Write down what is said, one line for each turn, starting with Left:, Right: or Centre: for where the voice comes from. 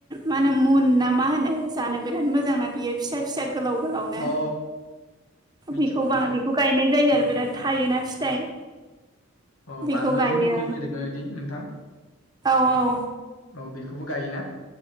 Right: मा होनो मुन ना मा होनो जानो बिराद मोजां ना। बियो फिसा फिसा गोलाव गोलावनो
Left: अ मिथिगौ
Right: बिखौ खौ
Left: नोंथां
Right: गायनाय जायो आरो बिराद थायोना फिथाइ।
Left: अ
Right: बेखौ
Left: बानलु
Right: गायो
Left: जुलुकि बायदि नोंथां?
Right: औ औ
Left: औ बेखौबो गायोना?